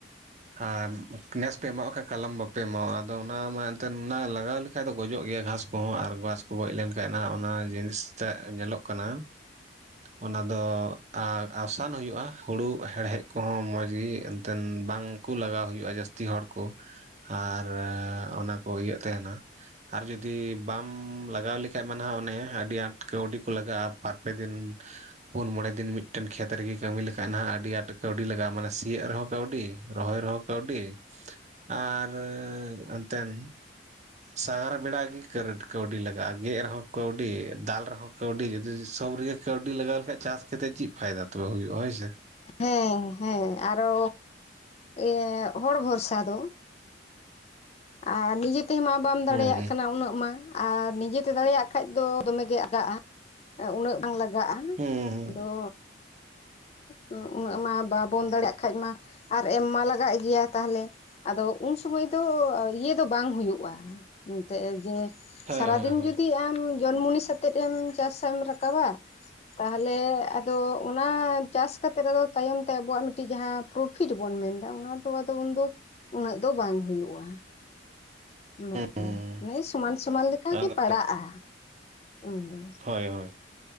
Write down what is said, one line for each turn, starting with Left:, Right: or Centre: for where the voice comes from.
Right: ᱟᱨ ᱱᱮᱥ ᱯᱮ ᱮᱢᱟᱣ ᱟᱜ ᱠᱷᱟᱡ ᱠᱟᱞᱚᱢ ᱵᱟᱯᱮ ᱮᱢᱟᱣ ᱟᱜᱼᱟ ᱟᱫᱚ ᱚᱱᱟ ᱢᱟ ᱮᱱᱛᱮᱱ ᱚᱱᱟ ᱞᱟᱜᱟᱣ ᱞᱟᱹᱜ ᱠᱷᱟᱡ ᱫᱚ ᱜᱚᱡᱚᱜ ᱜᱮᱭᱟ ᱜᱷᱟᱥ ᱠᱚᱦᱚᱸ ᱟᱨ ᱜᱷᱟᱥ ᱠᱚ ᱜᱚᱡ ᱞᱮᱱᱠᱷᱟᱡ ᱱᱟᱦᱟᱸᱜ ᱚᱱᱟ ᱡᱤᱱᱤᱥ ᱴᱟᱜ ᱧᱮᱞᱚᱜ ᱠᱟᱱᱟ ᱚᱱᱟ ᱫᱚ ᱟᱨ ᱟᱥᱟᱱ ᱦᱩᱭᱩᱜᱼᱟ ᱦᱩᱲᱩ ᱦᱮᱲᱦᱮᱫ ᱠᱚᱦᱚᱸ ᱢᱚᱡᱽ ᱜᱤ ᱮᱱᱛᱮᱱ ᱵᱟᱝ ᱠᱩ ᱞᱟᱜᱟᱣ ᱦᱩᱭᱩᱜᱼᱟ ᱡᱟᱹᱥᱛᱤ ᱦᱚᱲ ᱠᱚ ᱟᱨ ᱚᱱᱟ ᱠᱚ ᱤᱭᱟᱹᱜ ᱛᱮᱦᱮᱸᱱᱟ ᱟᱨ ᱡᱩᱫᱤ ᱵᱟᱢ ᱞᱟᱜᱟᱣ ᱞᱮᱠᱷᱟᱡ ᱢᱟ ᱱᱟᱦᱟᱸᱜ ᱚᱱᱮ ᱟᱹᱰᱤ ᱟᱸᱴ ᱠᱟᱹᱣᱰᱤ ᱠᱚ ᱞᱟᱜᱟᱜᱼᱟ ᱯᱟᱨᱠ ᱯᱮ ᱫᱤᱱ ᱯᱩᱱ ᱢᱚᱬᱮ ᱫᱤᱱ ᱢᱤᱫᱴᱮᱱ ᱠᱷᱮᱛ ᱨᱮᱜᱮ ᱠᱟᱹᱢᱤ ᱞᱮᱠᱷᱟᱡ ᱱᱟᱦᱟᱸᱜ ᱟᱹᱰᱤ ᱟᱸᱴ ᱠᱟᱹᱣᱰᱤ ᱞᱟᱜᱟᱜᱼᱟ ᱢᱟᱱᱮ ᱥᱤᱭᱟᱹᱜ ᱨᱮᱦᱚᱸ ᱠᱟᱹᱣᱰᱤ ᱨᱚᱦᱚᱭ ᱨᱮᱦᱚᱸ ᱠᱟᱹᱣᱰᱤ, ᱟᱨ ᱮᱱᱛᱮᱱ ᱥᱟᱦᱟᱨᱟ ᱵᱮᱲᱟ ᱜᱤ ᱠᱟᱨᱟᱹᱴ ᱠᱟᱹᱣᱰᱤ ᱞᱟᱜᱟᱜᱼᱟ ᱜᱮᱫ ᱨᱮᱦᱚᱸ ᱠᱟᱹᱣᱰᱤ ᱫᱟᱞ ᱨᱮᱦᱚᱸ ᱠᱟᱹᱣᱰᱤ ᱡᱩᱫᱤ ᱫᱤᱥ ᱥᱚᱵ ᱨᱮᱜᱮ ᱠᱟᱹᱣᱰᱤ ᱞᱟᱜᱟᱣ ᱞᱮᱠᱷᱟᱡ ᱪᱟᱥ ᱠᱟᱛᱮᱫ ᱪᱤᱫ ᱯᱷᱟᱭᱫᱟ ᱛᱚᱵᱮ ᱦᱩᱭᱩᱜᱼᱟ ᱦᱳᱭᱥᱮ᱾
Left: ᱦᱮᱸ ᱦᱮᱸ ᱟᱨᱚ ᱤᱭᱮ ᱦᱚᱲ ᱵᱷᱚᱨᱥᱟ ᱫᱚ ᱟᱻ ᱱᱤᱡᱮ ᱛᱮᱢᱟ ᱵᱟᱢ ᱫᱟᱲᱮᱭᱟᱜ
Right: ᱦᱩᱸ
Left: ᱠᱟᱱᱟ ᱩᱱᱟᱹᱜ ᱢᱟ ᱟᱨ ᱱᱤᱡᱮᱛᱮ ᱫᱟᱲᱮᱭᱟᱜ ᱠᱷᱟᱡ ᱫᱚ ᱫᱚᱢᱮ ᱜᱮ ᱟᱜᱟᱜᱼᱟ᱾ ᱮ ᱩᱱᱟᱹᱜ ᱵᱟᱝ ᱞᱟᱜᱟᱜᱼᱟ
Right: ᱦᱩᱸ ᱦᱩᱸ
Left: ᱟᱫᱚ ᱩᱸ ᱩᱱᱟᱹᱜ ᱢᱟ ᱵᱟᱵᱚᱱ ᱫᱟᱲᱮᱭᱟᱜ ᱠᱷᱟᱡ ᱢᱟ ᱟᱨ ᱮᱢ ᱢᱟ ᱞᱟᱜᱟᱜ ᱜᱮᱭᱟ᱾ ᱛᱟᱦᱞᱮ ᱟᱫᱚ ᱩᱱ ᱥᱩᱢᱟᱹᱭ ᱫᱚ ᱤᱭᱟᱹ ᱫᱚ ᱵᱟᱝ ᱦᱩᱭᱩᱜᱼᱟ᱾ ᱮᱱᱛᱮ ᱡᱮ
Right: ᱦᱮᱸ
Left: ᱥᱟᱨᱟᱫᱤᱱ
Right: ᱦᱮᱸ
Left: ᱡᱩᱫᱤ ᱟᱢ ᱡᱚᱱᱢᱩᱱᱤ ᱥᱟᱛᱮᱫ ᱮᱢ ᱪᱟᱥ ᱮᱢ ᱨᱟᱠᱟᱵᱟ ᱛᱟᱦᱞᱮ ᱟᱫᱚ ᱚᱱᱟᱻ ᱪᱟᱥ ᱠᱟᱛᱮ ᱫᱚ ᱟᱫᱚ ᱛᱟᱭᱚᱢ ᱛᱮ ᱟᱵᱚᱣᱟᱜ ᱢᱤᱫᱴᱤ ᱡᱟᱦᱟᱸ ᱯᱨᱚᱯᱷᱤᱴ ᱵᱚᱱ ᱢᱮᱱᱫᱟ ᱚᱱᱟ ᱫᱚ ᱟᱫᱟ ᱩᱱ ᱫᱚ ᱩᱱᱟᱹᱜ ᱫᱚ ᱵᱟᱝ ᱦᱩᱭᱩᱜᱼᱟ᱾ ᱩᱱᱟᱹᱜ ᱫᱚ
Right: ᱦᱮᱸ
Left: ᱚᱱᱮ ᱥᱚᱢᱟᱱ ᱥᱚᱢᱟᱱ ᱞᱮᱠᱟᱜᱤ
Right: ᱟᱫᱚ
Left: ᱯᱟᱲᱟᱜᱼᱟ ᱩᱱᱫᱚ᱾
Right: ᱦᱳᱭ ᱦᱳᱭ